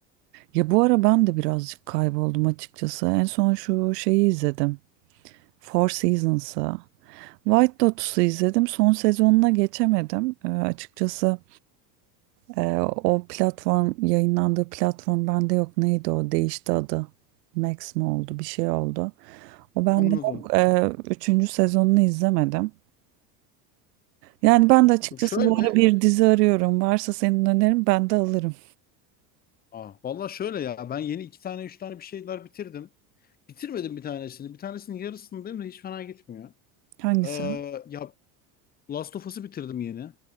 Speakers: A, on the right; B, on the left.
A: Ya bu ara ben de birazcık kayboldum açıkçası. En son şu şeyi izledim. Four Seasons'ı. White Lotus'u izledim. Son sezonuna geçemedim. Ee, açıkçası e, o platform yayınlandığı platform bende yok. Neydi o? Değişti adı. Max mi oldu? Bir şey oldu. O bende
B: Anladım.
A: yok. Ee, üçüncü sezonunu izlemedim. Yani ben de açıkçası
B: Şöyle.
A: bu ara bir dizi arıyorum. Varsa senin önerin ben de alırım.
B: Aa, vallahi şöyle ya. Ben yeni iki tane üç tane bir şeyler bitirdim. Bitirmedim bir tanesini. Bir tanesinin yarısındayım da hiç fena gitmiyor.
A: Hangisi?
B: Ee, ya Last of Us'ı bitirdim yeni.